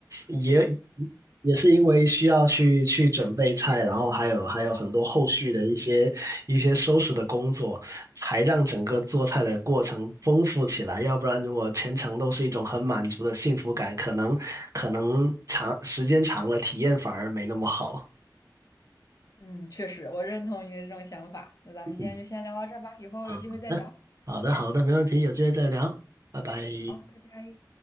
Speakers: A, on the right; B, on the left.
A: 也也是因为需要去去准备菜，然后还有还有很多后续的一些一些收拾的工作，才让整个做菜的过程丰富起来。要不然，如果全程都是一种很满足的幸福感，可能可能长时间长了，体验反而没那么好。
B: 嗯，确实，我认同你的这种想法。那咱们今天就先聊到这儿吧，
A: 嗯，
B: 以后有机会再聊。
A: 好的，好的，好的，没问题，有机会再聊，拜拜。
B: 好，拜拜。